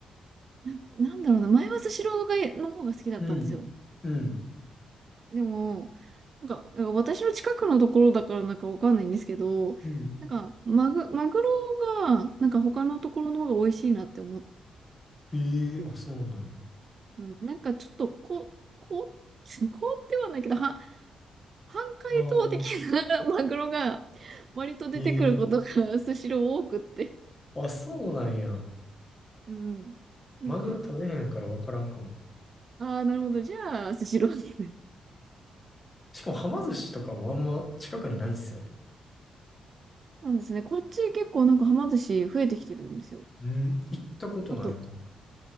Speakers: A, on the right; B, on the left.
A: な、なんだろうな、前はスシローがの方が好きだったんですよ。
B: うん。うん。
A: でも、なんか、なんか私の近くのところだからなんかわかんないんですけど、
B: うん。
A: なんか、マグ、マグロが、なんか他のところの方が美味しいなって思っ
B: ええあ、
A: て、
B: そうなん
A: うん、なんかちょっと、こ、こう、<laughs> こうってはないけど、は、半解凍的
B: や。ああ、
A: な <laughs> マグロが割と出てくることがスシロー多くって。
B: <laughs> ええあ、そうなんや。
A: うん。なんか、
B: マグロ食べへんからわからんかも。
A: ああ、なるほど。じゃあ、スシローですね。
B: しかも、はま寿司とかもあんま近くにないんですよね。
A: なんですね。こっち結構なんかはま寿司増えてきてるんですよ。
B: うん、行ったことないの。
A: あと、